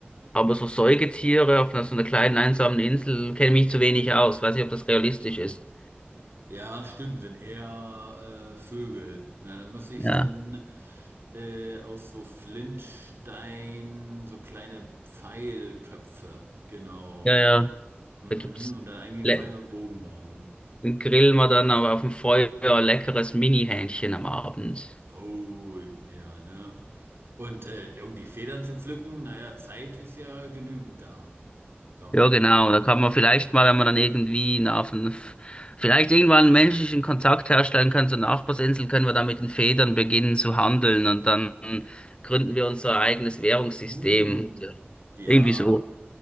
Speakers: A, on the left; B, on the right.
A: Aber so Säugetiere auf einer, so einer kleinen einsamen Insel kenne ich mich zu wenig aus. Weiß nicht, ob das realistisch ist.
B: Ja, stimmt, sind eher äh, Vögel. Na, dann muss ich
A: Ja,
B: dann äh, aus so Flintstein so kleine Pfeilköpfe, genau.
A: ja, ja.
B: Mhm.
A: Da gibt's
B: Und dann eigentlich
A: le-
B: einen Pfeil und Bogen bauen.
A: dann grillen wir dann aber auf dem Feuer leckeres Mini-Hähnchen am Abend.
B: Oh, ja, ne? Und äh, um die Federn zu pflücken, naja, Zeit ist ja genügend da. Da mal
A: Ja, genau.
B: kann man sich.
A: Da kann man vielleicht mal, wenn man dann irgendwie auf einen, vielleicht irgendwann einen menschlichen Kontakt herstellen können zur Nachbarsinsel, können wir dann mit den Federn beginnen zu handeln und dann gründen wir unser eigenes Währungssystem.
B: Hm. Ja.
A: Irgendwie so.